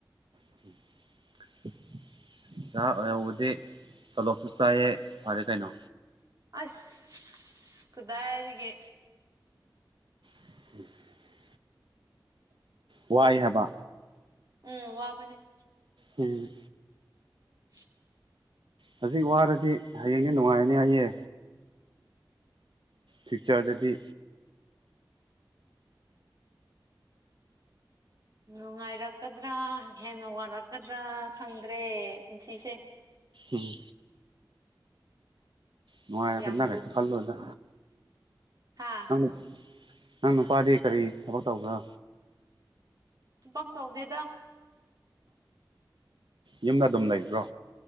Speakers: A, on the right; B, on the right.
A: <inaudible> ꯑꯣꯖꯥ ꯑꯣꯏꯍꯧꯕꯗꯤ ꯇꯣꯂꯣꯞꯁꯨ ꯆꯥꯏꯌꯦ ꯐꯔꯦ ꯀꯩꯅꯣ
B: ꯑꯁ ꯀꯗꯥꯢꯗꯒꯤ
A: <inaudible> ꯋꯥꯏ ꯍꯥꯏꯕ
B: ꯎꯝ ꯋꯥꯕꯅꯤ
A: ꯎꯝ
B: <inaudible>
A: ꯍꯧꯖꯤꯛ ꯋꯥꯔꯗꯤ ꯍꯥꯌꯦꯡꯗꯤ ꯅꯨꯡꯉꯥꯏꯔꯅꯤ ꯍꯥꯏꯌꯦ ꯐꯤꯛꯆꯔꯗꯗꯤ
B: ꯅꯨꯡꯉꯥꯏꯔꯛꯀꯗ꯭ꯔꯥ ꯍꯦꯟꯅ ꯋꯥꯔꯛꯀꯗ꯭ꯔꯥ ꯈꯪꯗ꯭ꯔꯦ ꯄꯨꯟꯁꯤꯁꯦ
A: ꯎꯝ ꯅꯨꯡꯉꯥꯏꯔꯛꯅꯤꯗ
B: ꯌꯥꯝ
A: ꯀꯩꯁꯨ ꯈꯟꯂꯨꯅꯨꯗꯥ
B: ꯍꯥꯥ
A: ꯅꯪ ꯅꯪ ꯅꯨꯄꯥꯗꯤ ꯀꯔꯤ ꯊꯕꯛ ꯇꯧꯕ꯭ꯔꯥ
B: ꯊꯕꯛ ꯇꯧꯗꯦꯗ
A: ꯌꯨꯝꯗ ꯑꯗꯨꯝ ꯂꯩꯕ꯭ꯔꯣ